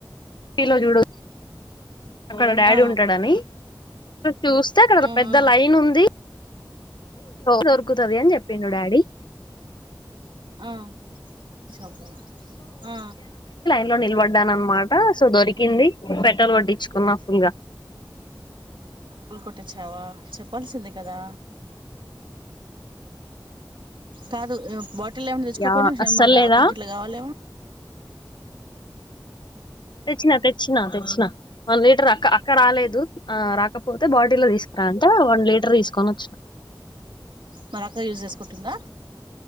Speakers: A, on the left; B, on the right.
A: లో చూడు అక్కడ డాడీ
B: ఆ
A: ఉంటాడని చూస్తే అక్కడ
B: ఆ
A: పెద్ద
B: ఆ
A: లైన్ ఉంది దొరుకుతది అని చెప్పిండు డాడీ
B: ఆ షబ్బ ఆ
A: క్యూలో నిలబడ్డాననమాట సో దొరికింది పెట్రోల్ కొట్టించుకున్న ఫుల్ గా
B: ఫుల్ కొట్టిచ్చావా చెప్పాల్సింది కదా కాదు బాట్ టిల్లో ఏమనా తెచ్చుకోకపోయినావ
A: యా అస్సలు
B: మన
A: లేదా
B: అక్క గిట్లా కావాలెమో
A: తెచ్చినా తెచ్చినా తెచ్చినా వన్ లీటర్ అక్క అక్క రాలేదు ఆ రాకపోతే బాటిల్లో తీసు <unintelligible> వన్ లీటర్ తీసుకొని వచ్చిన
B: మరి అక్క యూజ్ చేసుకుంటుందా